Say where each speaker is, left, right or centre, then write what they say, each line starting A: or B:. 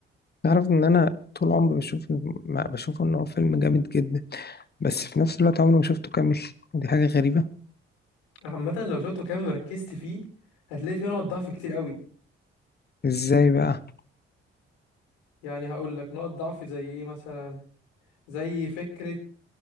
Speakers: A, on the left (about 30°); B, on the left (about 80°).
A: تعرف إن أنا طول عمري بشوف ما بشوف إن هو فيلم جامد جدا بس في نفس الوقت عمري ما شفته كامل ودي حاجة غريبة
B: عامه لو شفته كامل وركزت فيه هتلاقي فيه نقط ضعف كتير قوي
A: إزاي بقى
B: يعني هقول لك نقط ضعف زي ايه مثلا زي فكره